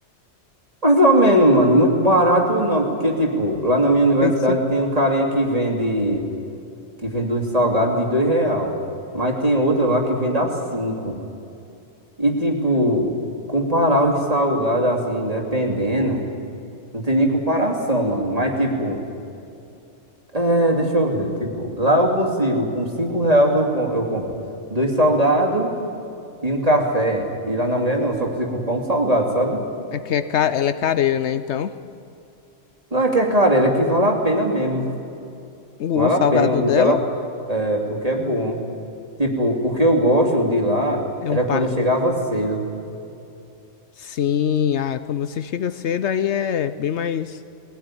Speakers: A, on the right (about 30°); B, on the left (about 70°).
A: Mais ou menos, mano. Muito barato não. Porque, tipo, lá na minha universidade
B: Tem que ser.
A: tem um carinha que vende. Que vende um salgado de dois real. Mas tem outro lá que vende a cinco. E, tipo, comparar os salgados assim, dependendo. Não tem nem comparação, mano. Mas, tipo. É, deixa eu ver. Tipo, lá eu consigo, com cinco reais eu, com- eu compro dois salgados e um café. E lá na mulher não, só consigo comprar um salgado, sabe?
B: É que é ca- ela é careira, né? Então,
A: Não é que é carela, é que vale a pena mesmo.
B: o,
A: Vale
B: o salgado
A: a pena o
B: dela
A: que ela. É, porque é bom. Tipo, o que eu gosto de lá
B: é
A: era
B: um par.
A: quando eu chegava cedo.
B: Sim, ah, quando você chega cedo, aí é bem mais